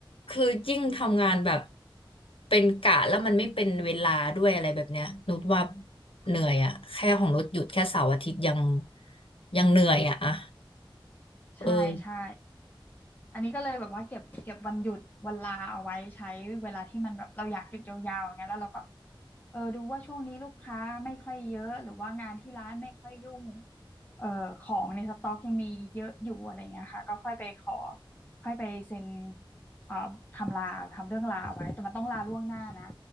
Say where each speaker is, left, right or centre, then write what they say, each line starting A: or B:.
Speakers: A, on the left; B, on the left.
A: คือยิ่งทำงานแบบเป็นกะแล้วมันไม่เป็นเวลาด้วยอะไรแบบเนี้ยนุชว่าเหนื่อยอะแค่ของนุชหยุดแค่เสาร์อาทิตย์ยังยังเหนื่อยอะอะเออ
B: ใช่ใช่อันนี้ก็เลยแบบว่าเก็บเก็บวันหยุดวันลาเอาไว้ใช้เวลาที่มันแบบเราอยากหยุดยาวๆอย่างเงี้ยแล้วเราก็ เออดูว่าช่วงนี้ลูกค้าไม่ค่อยเยอะหรือว่างานที่ร้านไม่ค่อยยุ่งเอ่อของในสต็อกยังมีเยอะอยู่อะไรเงี้ยค่ะก็ค่อยไปขอค่อยไปเซ็นเอ่อทำลาทำเรื่องลาไว้แต่มันต้องลาล่วงหน้านะ